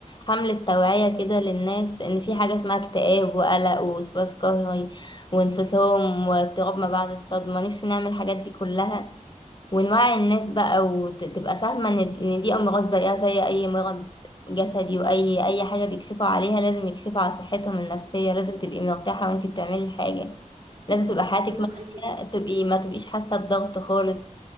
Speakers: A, on the left (about 35°); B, on the right (about 30°).
A: حملة توعية كده للناس إن في حاجة اسمها اكتئاب وقلق ووسواس قهري وانفصام واضطراب ما بعد الصدمة نفسي نعمل الحاجات دي كلها ونوعي الناس بقى وتبقى فاهمة ان إن دي امراض زيها زي اي مرض جسدي واي اي حاجة بيكشفوا عليها لازم يكشفوا على صحتهم النفسية لازم تبقي مرتاحة وانتي بتعملي الحاجة لازم تبقى حياتك
B: انا
A: ماشية
B: معاكي جدا
A: تبقي ما تبقيش حاسة بضغط خالص